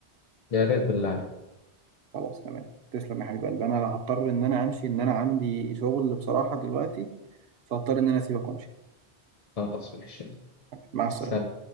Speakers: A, on the left (about 40°); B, on the right (about 70°).
A: يا ريت بالله عليك
B: خلاص تمام تسلم يا حبيب قلبي انا هضطر ان انا امشي ان انا عندي شغل بصراحة دلوقتي فهضطر ان انا اسيبك وامشي
A: خلاص ماشي
B: مع السلامة
A: سلام